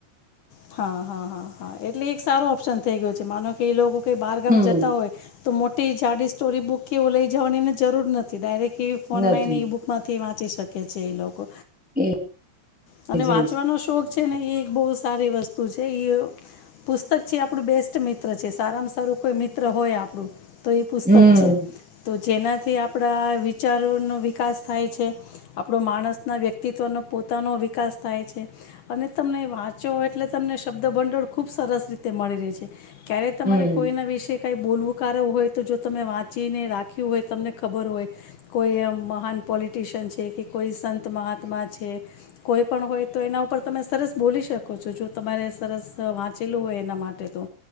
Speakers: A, on the left; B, in the centre.
A: હાં, હાં. એટલે એક સારો ઓપ્શન થેઈ ગયો છે માનો કે એ લોકો કંઈ બારગામ
B: હમ
A: જતા હોય તો મોટી જાડી સ્ટોરી બુક કે એવું લઈ જવાની એને જરૂર નથી, ડાયરેક્ટ એવી ફોનમાં
B: નથી
A: એની ઈ બુકમાંથી વાં ચી શકે છે એ લોકો
B: એ
A: અને
B: જ
A: વાંચવાનો
B: એ જ
A: શોખ છે ને ઈ એક બઉ સારી વસ્તુ છે, ઈ પુસ્તક છે આપણું બેસ્ટ મિત્ર છે, સારામાં સારું કોઈ મિત્ર હોય આપણું તો એ પુસ્તક
B: હમ
A: છે તો જેનાથી આપણા વિચારોનો વિકાસ થાય છે. આપણો માણસના વ્યક્તિત્વનો પોતાનો વિ કાસ થાય છે અને તમને વાંચો એટલે તમને શબ્દ ભંડોળ ખુબ સરસ રીતે મળી રહે છે. ક્યારે તમારે
B: હમ
A: કોઈના વિષે કંઈ બોલવું કારક હોય તો જો તમે વાંચીને રાખ્યું હોય તમને ખબર હોય કોઈ એ મહાન પોલી ટીશન છે કે કોઈ સંત મહાત્મા છે. કોઈ પણ હોય તો એના ઉપર તમે સરસ બોલી શકો છો. જો તમારે સરસ વાંચેલું હોય એના માટે તો.